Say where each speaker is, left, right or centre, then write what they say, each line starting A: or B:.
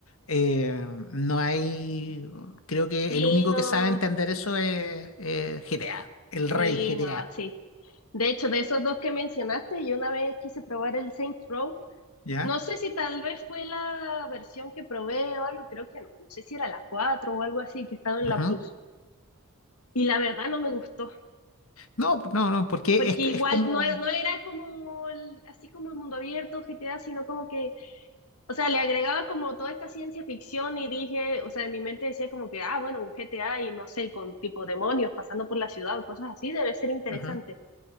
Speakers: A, on the left; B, on the left.
A: eh, no hay, creo que
B: Sí,
A: el único
B: no,
A: que sabe entender eso es, es GTA, el
B: sí,
A: rey GTA,
B: no, sí. De hecho, de esos dos que mencionaste, yo una vez quise probar el Saints Row
A: ¿ya?
B: No sé si tal vez fue la versión que probé o algo, creo que no, no sé si era la 4 o algo así que estaba en la
A: Ujú.
B: Plus. Y la verdad no me gustó,
A: No, no, no, porque
B: porque
A: es,
B: igual
A: es como...
B: no, e- no era como el- así como el mundo abierto, GTA, sino como que, o sea, le agregaba como toda esta ciencia ficción y dije, o sea, en mi mente decía como que, ah, bueno, un GTA y no sé, con tipo demonios pasando por la ciudad o cosas así, debe ser interesante.
A: ujú.